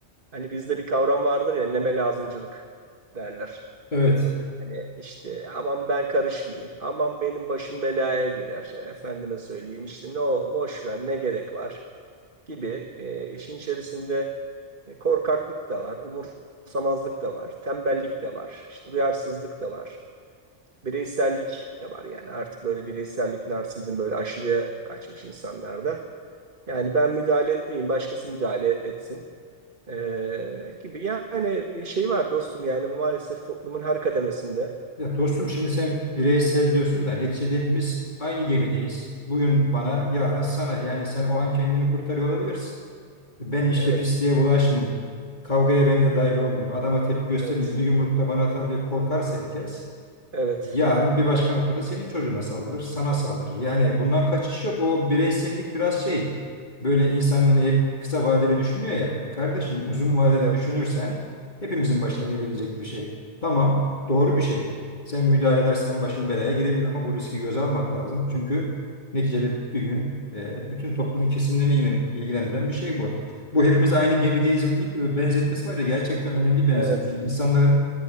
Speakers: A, on the right; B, on the left.
A: Hani bizde bir kavram vardır ya neme lazımcılık derler.
B: Evet.
A: Hani işte aman ben karışmayayım, aman benim başım belaya girer, efendime söyleyeyim işte ne o boş ver ne gerek var gibi e, işin içerisinde e, korkaklık da var, umursamazlık da var, tembellik de var, işte duyarsızlık da var bireysellik de var yani artık böyle bireysellik, narsizm böyle aşırıya kaçmış insanlarda. Yani ben müdahale etmeyeyim, başkası müdahale etsin Ee, gibi. Yani bir şey var dostum yani bu maalesef toplumun her kademesinde.
B: Ya dostum şimdi sen bireysel diyorsun da neticede hepimiz aynı gemideyiz. Bugün bana, yarın sana. Yani sen o an kendini kurtarıyor olabilirsin. Ben işte
A: Evet,
B: pisliğe bulaşmayayım. Kavgaya ben de dahil olmayayım. Adama tepki göstermeyeyim.
A: evet,
B: Bir yumruk da bana atar diye korkarsa herkes
A: evet,
B: Yarın bir başka noktada senin çocuğuna saldırır, sana saldırır. Yani bundan kaçış yok. O bireysellik biraz şey. Böyle insanın hani hep kısa vadeli düşünüyor ya. E kardeşim uzun vadede
A: evet,
B: düşünürsen hepimizin başına gelebilecek bir şey. Tamam, doğru bir şey. Sen müdahale edersen başın belaya girebilir ama bu riski göze almak lazım. Çünkü neticede bir gün e, bütün toplumun kesimlerini yine ilgilendiren bir şey bu. Bu hepimiz aynı gemideyiz e, benzetmesi var ya gerçekten önemli bir benzetme.
A: evet.
B: İnsanların